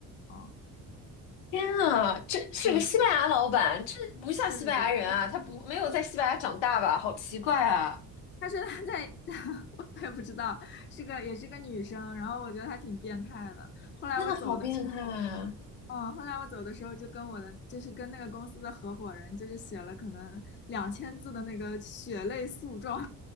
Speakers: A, on the left; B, on the left.
A: 哦，
B: 天啊，这是个西班牙老板，
A: 嗯，
B: 这不像西班牙人啊，
A: 对对对，类似
B: 他不没有在西班牙长大吧？好奇怪啊，
A: 他说他在，<laughs> 我也不知道，是个也是个女生，然后我觉得她挺变态的。后来我走的时候，
B: 真的好变态啊！
A: 嗯，后来我走的时候就跟我的就是跟那个公司的合伙人，就是写了可能两千字的那个血泪诉状。